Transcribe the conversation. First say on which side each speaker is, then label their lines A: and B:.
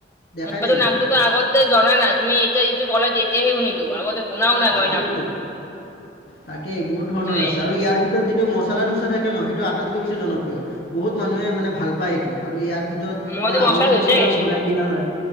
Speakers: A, on the left; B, on the left.
A: দেখাই
B: মইতো
A: নাই মই
B: নামটোতো আগতেতে জনাই ন তুমি এতি এইটো কলা তেতিয়াহে শুনিলোঁ আগতে শুনাও নাই
A: তাকেইতো,
B: মই নামটো।
A: তাকেই বহুত ধৰণৰ
B: তে
A: আছে আৰু ইয়াৰ ভিতৰত যিটো ম মছলা ধোচা থাকে ন সেইটো আটাইতকৈ বেছি জনপ্ৰিয় বহুত মানুহে মানে ভাল পায় এইটো আৰু ইয়াৰ ভিতৰত
B: মইতো
A: তোমাৰ আলুৰ
B: ধোচাই
A: মচলা
B: খাইছিলো
A: ভৰাই দিয়া হয়।